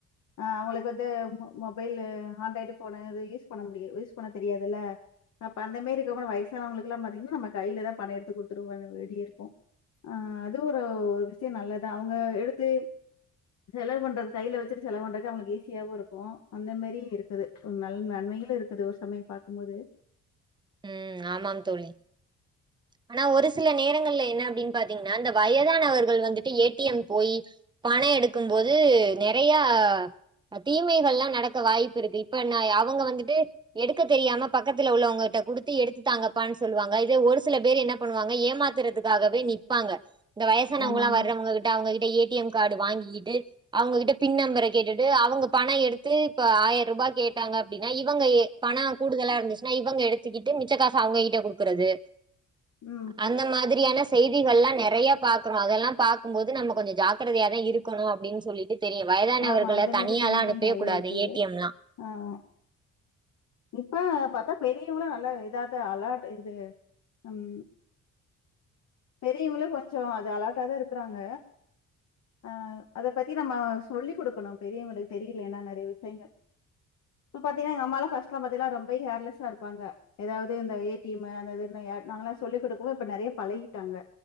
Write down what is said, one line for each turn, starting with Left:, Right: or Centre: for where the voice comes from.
Left: ஆஹ் அவங்களுக்கு வந்து மொபைல் ஆண்ட்ராய்டு போனு இது யூஸ் பண்ண முடிய யூஸ் பண்ண தெரியாதுல்ல அப்ப அந்த மேரி இருக்கவங்க வயசானவங்களுக்குலாம் பாத்தீங்கன்னா நம்ம கையிலதா பணம் எடுத்து கொடுத்துட்டு வர வேண்டிய இருக்கும் அஹ் அதுவும் ஒரு ஒரு விஷயம் நல்லதா அவங்க எடுத்து செலவு பண்றது கையில வச்சுட்டு செலவு பண்றதுக்கு அவங்களுக்கு ஈஸியாவும் இருக்கும் அந்த மேரி இருக்குது ஒரு நல்ல நன்மைகளும் இருக்குது ஒரு சமயம் பாக்கும்போது
Right: உம் ஆமாம் தோழி ஆனா ஒரு சில நேரங்கள்ல என்ன அப்படின் பாத் <unintelligible> அந்த வயதானவர்கள் வந்துட்டு ஏ டி எம் போயி பண எடுக்கும் போது நெறையா தீமைகள்லாம் நடக்க வாய்ப்பு இருக்கு இப்ப ந அவங்க வந்துட்டு எடுக்க தெரியாம பக்கத்துல உள்ளவங்ககிட்ட குடுத்து எடுத்துதாங்கப்பான்னு சொல்லுவாங்க இத ஒரு சில பேர் என்ன பண்ணுவாங்க ஏமாத்துறதுக்காகவே நிப்பாங்க இந்த வயசானவங்கலா
Left: ஆமாமா.
Right: வர்றவங்க கிட்ட அவங்ககி ஏ டி எம் கார்டு வாங்கிகிட்டு அவங்ககிட்ட பின் நம்பரை கேட்டுட்டு அவங்க பணம் எடுத்து இப்ப ஆயிரம் ரூபா கேட்டாங்க அப்படினா இவங்க எ பணம் கூடுதலா இருந்துச்சுனா இவங்க எடுத் வச்சிக்கிட்டு மிச்ச காசு அவங்க கிட்ட குடுக்குறது
Left: ம்.
Right: அந்த மாதிரியான செய்திகள்லா நெறைய பாக்குறோம் அதெல்லாம் பாக்கும்போது நம்ம கொஞ்சம் ஜாக்கிரதையா தா இருக்கனு அப்படின் சொல்லிட்டு தெரியும். வயதானவர்கள
Left: ஆமா அந்த
Right: தனியாலாம்
Left: மேரி தீமைகள்
Right: அனுப்பவே
Left: நெறைய
Right: கூடாது
Left: இருக்குது
Right: ஏடிஎம்லாம்.
Left: ஆஹ் இப்ப பாத்தா பெரியவங்களு நல்லா இதாதா அலாட் இது உஹம் பெரியவங்களும் கொஞ்சம் அது அலா்டா தா இருக்கறாங்க ஆஹ் அதை பத்தி நம்ம சொல்லிக் குடுக்கணும் பெரியவங்களுக்கு தெரியலன்னா நிறைய விஷயங்கள் இப்ப பாத்தீங்கன்னா எங்க அம்மாலா ஃபர்ஸ்ட்லாம் பாத்தீங்கன்னா ரொம்ப கேர்லெஸ்ஸா இருப்பாங்க ஏதாவது இந்த ஏ டி ம் மு அது இதுன்னு நாங்காலா சொல்லிக் குடுக்கவே இப்ப நெறைய பலகி டாங்க